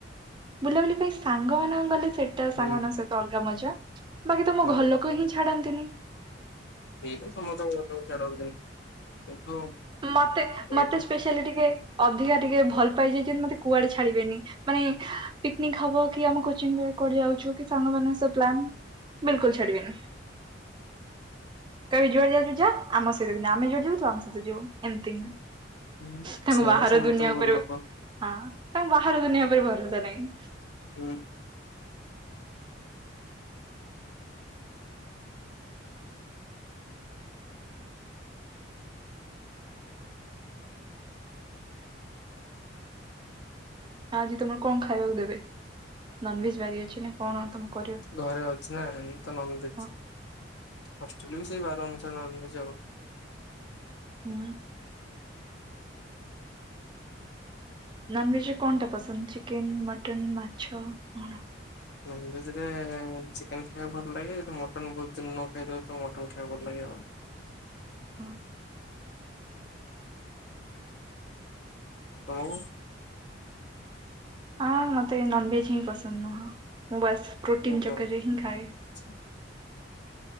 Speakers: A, on the right; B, on the left.
A: ବୁଲାବୁଲି ପାଇଁ ସାଙ୍ଗମାନଙ୍କ ଗଲେ ସେଇଟା
B: ହୁଁ
A: ସାଙ୍ଗମାନଙ୍କ ସହିତ ଅଲଗା ମଜା ବାକି ତ ମୋ
B: ହୁଁ
A: ଘରଲୋକ ହିଁ ଛାଡନ୍ତିନି।
B: ସେଇତ ସମସ୍ତଙ୍କ ଘର ଲୋକ ଛାଡନ୍ତିନି। କିନ୍ତୁ
A: ମତେ ମତେ
B: ଏ ଯୋଉ
A: ସ୍ପେଶାଆଲି ଟିକେ ଅଧିକା ଟିକେ ଭଲ ପାଇ ଯାଇଛନ୍ତି ମତେ କୁଆଡେ ଛାଡିବେନି। ମାନେ ପିକନିକ ହବ କି ଆମ କୋଚିଙ୍ଗ ରେ କୁଆଡେ ଯାଉଛୁ କି ସାଙ୍ଗମାନଙ୍କ ସହିତ ପ୍ଲାନ୍। ବିଲକୁଲ ଛାଡ଼ିବେନି। କହିବେ ଯୁଆଡେ ଯାଉଛୁ ଯା ଆମ ସହିତ ଯା। ଆମେ ଯୁଆଡେ ଯିବୁ ତୁ ଆମ ସହିତ ଯିବୁ। ଏମତି ହିଁ।
B: ହୁଁ,
A: ତାଙ୍କୁ
B: ସେଇଟା
A: ବାହାର
B: ସମସ୍ତଙ୍କ
A: ଦୁନିଆ ଉପରେ
B: ଘର ଲୋକ।
A: ହଁ, ତାଙ୍କୁ ବାହାର ଦୁନିଆ ଉପରେ ଭରସା ନାହିଁ
B: ହୁଁ।
A: ଆଜି ତମର କଣ ଖାଇବାକୁ ଦେବେ ନନଭେଜ ବାରି ଅଛି ନା କଣ ତମେ କରିବ?
B: ଘରେ ଅଛି ନା ତ ନନ୍ଭେଜ୍।
A: ହଁ
B: ହଷ୍ଟେଲରେ ବି ସେଇ ବାର ଅନୁସାରେ ନନ୍ଭେଜ୍ ଆଉ।
A: ହୁଁ। ନନଭେଜରେ କଣଟା ପସନ୍ଦ ଚିକେନ, ମଟନ୍, ମାଛ କଣ?
B: ନନ୍ଭେଜରେ ଚିକେନ ଖାଇବାକୁ ଭଲ ଲାଗେ। ଯଦି ମଟନ୍ ବହୁତ ଦିନ ନ ଖାଇଥିବି ତାହେଲେ ମଟନ୍ ଖାଇବାକୁ ଭଲ ଲାଗେ ଆଉ।
A: ହଁ।
B: ତମକୁ?
A: ହଁ, ମତେ ନନଭେଜ ହିଁ ପସନ୍ଦ ନୁହଁ। ମୁଁ ବାସ୍ ପ୍ରୋଟିନ
B: ଓଃ
A: ଚକରରେ
B: ହୁଁ ହୁଁ।
A: ହିଁ ଖାଏ।